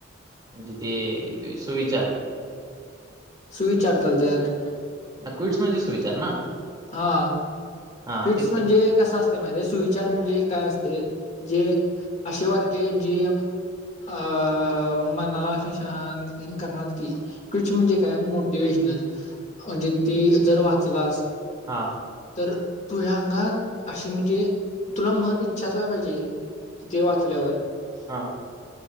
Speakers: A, on the right (about 20°); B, on the left (about 35°).
A: म्हणजे ते सुविचार
B: सुविचार चालतत.
A: क्विट्स म्हणजे सुविचार ना?
B: हा
A: हा
B: क्विट्स
A: तेच
B: म्हणजे
A: की
B: कसं असत. सुविचार म्हणजे काय असते जे असे वाक्य जीम अ मनाला असे शांत दिन करणार, क्विंट्स म्हणजे काय मोटिवे्शनल म्हणजे ते जर वाचलास
A: हा
B: तर तुझ्या अंगात अशी म्हणजे तुला म इच्छा पाहिजे किती वाचल्यावर
A: हा